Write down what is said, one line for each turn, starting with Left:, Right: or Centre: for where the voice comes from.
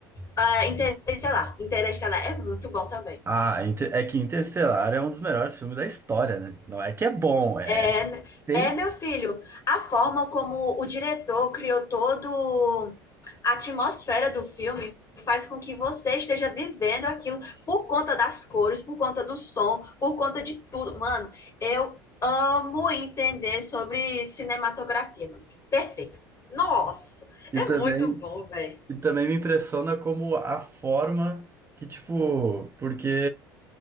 Left: Ah, Interestelar. Interestelar é muito bom também.
Right: Ah, Inter- é que Interestelar é um dos melhores filmes da história, né? Não é que é bom, é
Left: É,
Right: feito.
Left: é, meu filho, a forma como o diretor criou todo a atmosfera do filme faz com que você esteja vivendo aquilo por conta das cores, por conta do som, por conta de tudo. Mano, eu amo entender sobre cinematografia, mano. Perfeito. Nossa,
Right: E
Left: é
Right: também,
Left: muito bom, velho.
Right: e também me impressiona como a forma que, tipo, porque